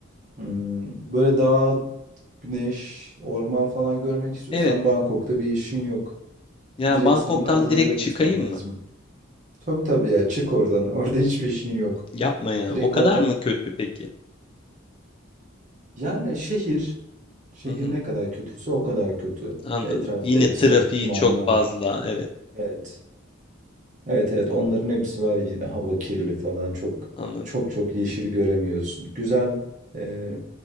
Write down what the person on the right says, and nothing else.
hmm, böyle dağ, güneş, orman falan görmek istiyorsan
Bangkok'ta bir işin yok.
Direkt
senin adalara
gitmen
lazım.
Tabii tabii ya çık oradan. <laughs> Orada hiçbir işin yok.
Direkt
oradan
yani şehir şehir
ne kadar kötüyse o kadar kötü.
Etrafta
egzoz
dumanlar.
Evet. Evet evet onların hepsi var yine hava kirli falan çok
çok çok yeşil göremiyorsun. Güzel e,